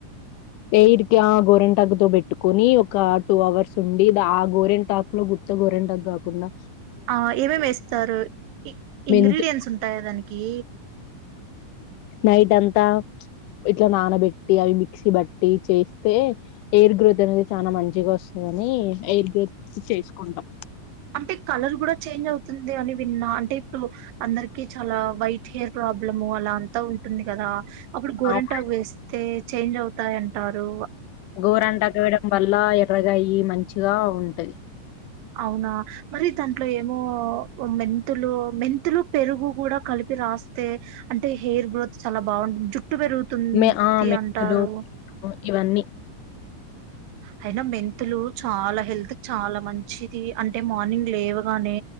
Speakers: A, on the left; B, on the right.
A: ఎయిర్ కా గోరెంట్గతోబెట్టి కట్టుకొని ఒక టూ అవర్స్ ఉండి ఆ గోరెంట టాక్ లో గుత్త గోరెంటాక్ కాకుండా
B: ఆ ఏమేమి వేస్తారు
A: మెంతులు
B: ఇంగ్రీడియంట్స్ ఉంటాయా దానికి
A: నైట్ అంతా ఇట్లా నానబెట్టి అవి మిక్సీ బట్టి చేస్తే ఎయిర్ గ్రోత్ అనేది చాలా మంచిగా వస్తుందని ఎయిర్ గ్రోత్ చేసుకుంటాం
B: అంటే కలర్ కూడా చేంజ్ అవుతుంది అని విన్నా అంటే ఇప్పుడు అందరికి చాలా వైట్ హెయిర్ ప్రాబ్లం అలా అంతా ఉంటుంది కదా అప్పుడు గోరింటాకు
A: అవును.
B: వేస్తే చేంజ్ అవుతాయింటారు
A: గోరంట గేయడం వల్ల ఎర్రగాయి మంచి యా ఉంటయి
B: అవునా మరి దాంట్లో ఏమో మెంతులు మెంతులు పెరుగు కూడా కలిపి రాస్తే అంటె హెయిర్ గ్రోత్ చాల బాగుంటుంది జుట్ జుట్టు పెరుగుతుంది
A: మె ఆ! మెంతులు
B: అంటారు
A: ఇవన్నీ
B: అయినా మెంతులు చాలా హెల్త్ చాలా మంచిది అంటె మార్నింగ్ లేవగానె